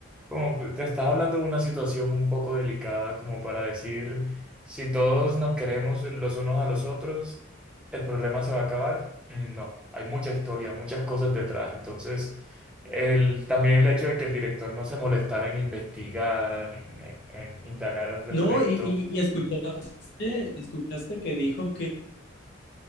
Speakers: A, in the centre; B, on the left.
A: como que te estás hablando de una situación un poco delicada, como para decir, si todos nos queremos los unos a los otros, ¿el problema se va a acabar? Mm, No, hay mucha historia, muchas cosas detrás, entonces... El, también el hecho de que el director no se molestara en investigar, en, en- en indagar al respecto,
B: No, y, y, y escuchaste, escuchaste que dijo que